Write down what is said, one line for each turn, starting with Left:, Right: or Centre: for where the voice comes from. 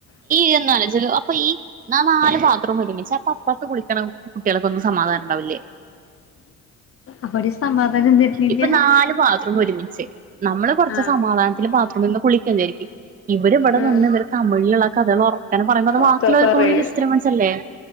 Right: കന്നല്ല ച <unintelligible> അപ്പൊ ഈ നാല് ബാത്റൂം ഒരുമിിച്ച അപ്പ അപ്പുറത്ത് കുളിക്കണം കുട്ടികൾക്കൊന്നും സമാധാനം ഉണ്ടാവില്ലേ
Left: അവിടെ സമാധാനം തരുന്നില്ല
Right: ഇപ്പൊ നാല്ു ബാത്രറൂം ഒരുമിച്ചേ നമ്മള് കൊറച്ച്
Left: ആഹ്
Right: സമാധാനത്തില് ബാത്റൂമ നിന്ന് കുളിക്കുകചായിരിക്കും ഇവര് ഇവിടെ
Left: ആഹ്
Right: നിന്ന് ഇവര് തമിഴിലുള്ള കഥകൾ ഉറക്ക പറയുമ്പോ അത് ബാക്കിലക്ക
Left: ഒക്കെ പറയും
Right: വിസ്രം മനസ്സല്ലേ